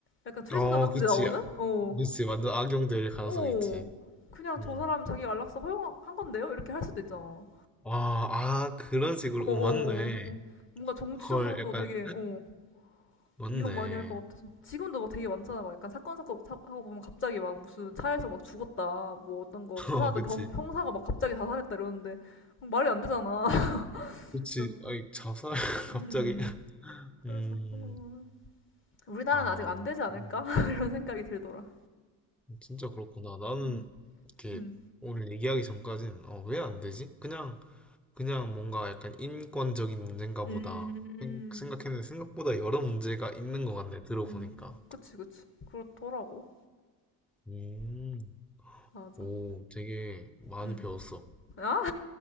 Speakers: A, on the left; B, in the centre.
A: 약간 추리소설
B: 어,
A: 같은
B: 그치.
A: 데 나오는?
B: 아,
A: 어,
B: 그치. 완전 악용될 가능성이
A: 어.
B: 있지.
A: 그냥
B: 음.
A: 저 사람 자기가 안락사 허용한 건데요? 이렇게 할 수도 있잖아. 어,
B: 아, 아, 그런 식으로.
A: 어,
B: 오,
A: 어.
B: 맞네.
A: 뭔가 정치적으로도
B: 헐, 약간
A: 되게, 어.
B: 맞네.
A: 유혹 많이 할 것 같아서. 지금도 막 되게 많잖아. 막 약간 사건 사건 사- 하고 보면 갑자기 막 무슨 차에서 막 죽었다. 뭐 어떤 거
B: <laughs>
A: 수사하던
B: 어, 그치.
A: 경, 형사가 막 갑자기 자살했다 이러는데 막 말이 안 되잖아. <laughs>
B: 그치.
A: 그래서
B: 아이, 자살, <laughs>
A: 음
B: 갑자기.
A: 그래서
B: 음,
A: 그런 거 보면은 우리나라는
B: 아,
A: 아직 안 되지 않을까
B: 음,
A: <laughs> 이런 생각이 들더라.
B: 진짜 그렇구나. 나는
A: 음
B: 이렇게
A: 음
B: 오늘 얘기하기 전까진, 어, 왜 안 되지? 그냥, 그냥 뭔가 약간 인권적인 문제인가
A: 음,
B: 보다. 생- 생각했는데 생각보다 여러 문제가 있는 것 같네, 들어보니까.
A: 음. 그치 그치 그렇더라고.
B: 음,
A: 맞아.
B: 오, 되게 많이
A: 음.
B: 배웠어.
A: 아